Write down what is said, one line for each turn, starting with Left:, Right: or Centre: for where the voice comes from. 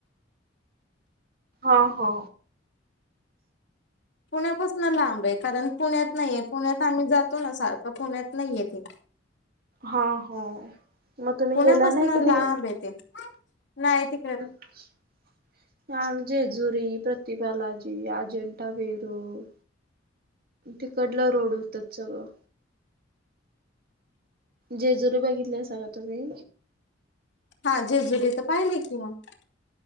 Right: हो हो.
Left: पुण्यापासन लांबय कारण पुण्यात नाहीये, पुण्यात आम्ही जातो ना सारखं, पुण्यात नाहीय ते.
Right: हा हो मग तुम्ही
Left: पुण्यापासून
Right: गेला नाही कधी?
Left: लांब आहे नाही ती
Right: <inaudible> हां आम्ही जेजुरी, प्रतिबालाजी, अजंटा वेरूळ तिकडला रोड होतात सगळं. जेजुरी बघितलियासा का तुम्ही?
Left: हा जेजुरी त पाहिलय की मग.